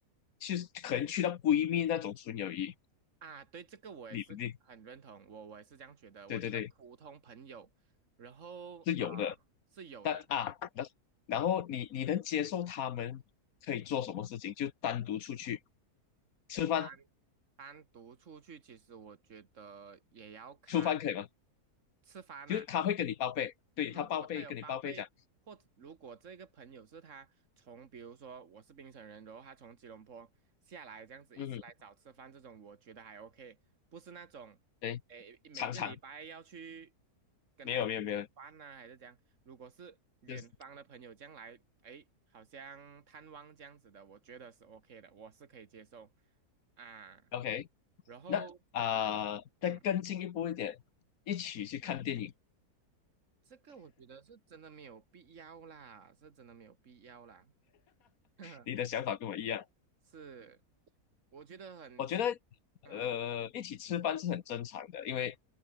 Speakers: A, on the left; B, on the right.
A: 去实可能去到闺蜜那种纯友谊，
B: 啊，对，这个我也是很认同，
A: 你你
B: 我我也是这样觉得。我觉得普通朋友，
A: 对对对，
B: 然后呃
A: 是有的。
B: 是有的，
A: 但啊，然然后你你能接受他们可以做什么事情？就单独出去吃饭，
B: 单单独出去，其实我觉得也要看
A: 出饭可以吗？
B: 吃饭呐、
A: 就是他会跟你报备，对他报备，
B: 如果他有包被，
A: 跟你报备讲，
B: 或者如果这个朋友是他从，比如说我是槟城人，然后他从吉隆坡下来这样子一次来找吃饭，
A: 嗯，嗯
B: 这种我觉得还 OK，不是那种，
A: 对，
B: 诶，每个礼拜要去
A: 常常
B: 跟他一起吃饭呐、
A: 没有没有没有，
B: 还是这样。如果是远方的朋友将来，
A: 就是
B: 诶，好像探望这样子的，我觉得是 OK 的，我是可以接受啊。
A: OK
B: 然后，
A: 那。啊、呃再更进一步一点，
B: 嗯。
A: 一起去看电影，
B: 这个我觉得是真的没有必要啦，是真的没有必要啦。<laughs>
A: 你的想法跟我一样。
B: 是，我觉得很奇
A: 我觉得，
B: 嗯
A: 呃，一起吃饭是很正常的，因为